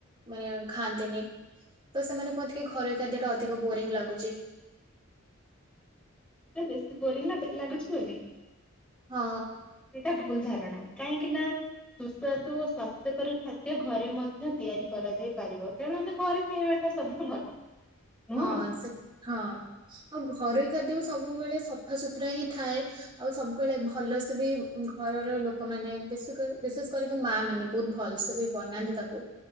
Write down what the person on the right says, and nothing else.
ମାନେ ଖାଆନ୍ତିନି ତ ସେମାନେ କୁହନ୍ତି। କି ଘରୋଇ ଖାଦ୍ୟ ଟା ଅଧିକ ବୋରିଂ ଲାଗୁଛି। ଜି
ହଁ
ହଁ ସେ ହଁ। ଆଉ ଘରୋଇ ଖାଦ୍ୟ ବି ସବୁବେଳେ ସଫା ସୁୁତୁରା ହିଁ ଥାଏ। ଆଉ ସବୁବେଳେ ଭଲସେ ବି ଘରର ଲୋକମାନେ ବି ବିଶେଷ କରିକି ମାଆ ମାନେ ବହୁତ ଭଲସେ ବି ବନାନ୍ତି। ତାକୁ